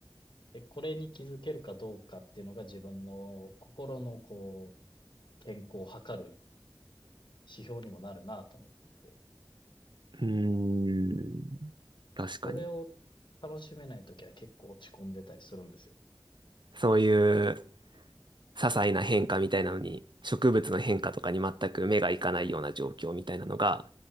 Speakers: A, on the left; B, on the right.
A: で、これに気づけるかどうかっていうのが自分の心のこう、健康を測る指標にもなるなと思っていて。
B: ーん。確かに。
A: これを楽しめないときは結構落ち込んでたりするんですよ。
B: そういう些細な変化みたいなのに、植物の変化とかに全く目がいかないような状況みたいなのが